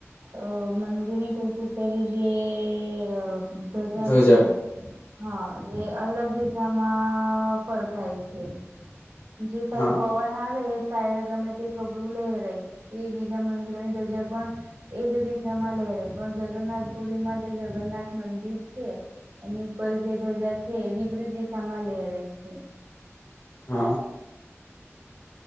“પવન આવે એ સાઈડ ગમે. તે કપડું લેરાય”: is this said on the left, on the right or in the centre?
Right